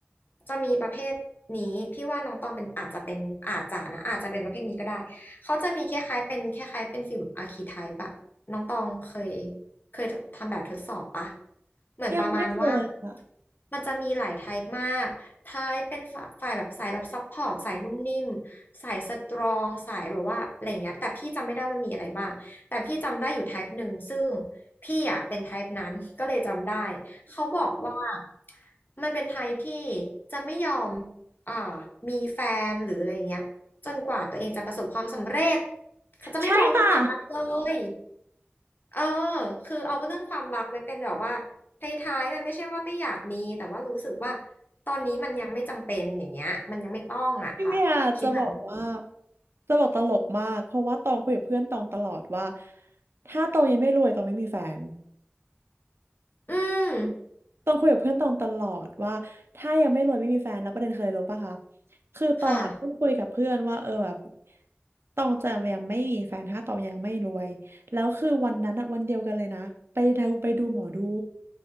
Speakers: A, on the left; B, on the right.
A: จะมีประเภทนี้พี่ว่าน้องตองเป็นอาจจะเป็นอาจจะนะอาจจะเป็นประเภทนี้ก็ได้เขาจะมีคล้ายๆเป็นคล้ายๆเป็นฟิลอาร์คีไทป์อะน้องตองเคยเคยทำแบบทดสอบปะเหมือนประมาณว่า
B: ยังไม่เคยค่ะ
A: มันจะมีหลายไทป์มาก ท้ายเป็นฝ่าฝ่ายแบบสายแบบซัพพอร์ตสายนุ่มนิ่มสายสตรองสายแบบว่าอะไรอย่างเงี้ยแต่พี่จำไม่ได้ว่ามันมีอะไรบ้างแต่พี่จำได้อยู่ t y ป e หนึ่งซึ่งพี่อ่ะเป็นไทป์นั้น <laughs> ก็เลยจำได้เขาบอกว่ามันเป็น t ท p e ที่จะไม่ยอมอ่ามีแฟนหรืออะไรอย่างเงี้ยจนกว่าตัวเองจะประสบความสำเร็จเขาจะไม่มองเรื่องความรักเลย
B: ใช่ค่ะ
A: เออคือเอาเรื่องความรักไว้เป็นแบบว่าท้ายๆมันไม่ใช่ว่าไม่อยากมีแต่ว่ารู้สึกว่าตอนนี้มันยังไม่จำเป็นอย่างเงี้ยมันยังไม่ต้องอ่ะค่ะคิดแบบนี้
B: พี่เมียจะบอกว่าจะบอกตลกมากเพราะว่าตองคุยกับเพื่อนตองตลอดว่าถ้าตองยังไม่รวยตองไม่มีแฟน
A: อืม
B: ตองคุยกับเพื่อนตองตลอดว่าถ้ายังไม่รวยไม่มีแฟนแล้วประเด็นเคยรู้ปะคะคือตองอ่ะเพิ่งคุยกับเพื่อนว่าเออแบบ
A: ค่ะ
B: ตองจะยังไม่มีแฟนถ้าตองยังไม่รวยแล้วคือวันนั้นอะวันเดียวกันเลยนะไปดูไปดูหมอดู